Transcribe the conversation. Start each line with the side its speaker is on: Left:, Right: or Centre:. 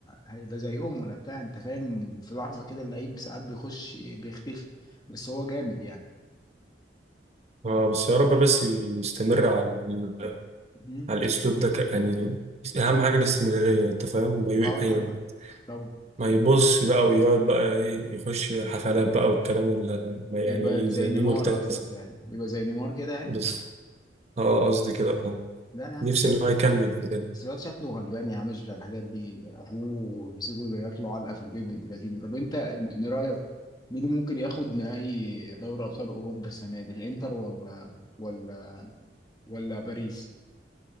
Left: هيبقى زيهم ولا بتاع انت فاهم في لحظه كده اللعيب ساعات بيخش بيختفي بس هو جامد يعني
Right: اه بس يا رب بس يستمر على ال-
Left: مم.
Right: على الاسلوب ده ك- يعني اهم حاجه الاستمراريه انت فاهم ما ي-
Left: اه طبعا
Right: يعني
Left: طبعا
Right: ما يبص بقى ويقعد بقى إيه، يخش حفلات بقى والكلام اللي ما
Left: يبقى
Right: يعني
Left: زي
Right: يزنيه
Left: نيمار
Right: ملتزم
Left: قصدك يعني يبقى زي نيمار كده يعني
Right: بس اه قصدي كده اه
Left: لا يا عم
Right: نفسي
Left: بس الواد-
Right: ان هو يكمل في كده
Left: بس الواد شكله غلبان يا عم مش بتاع الحاجات دي ابوه مسكه ياكله علقه في البيت بنت لذينه طب انت من رايك مين اللي ممكن ياخد نهائي دوري ابطال اوروبا السنه دي الانتر ولا ولا ولا باريس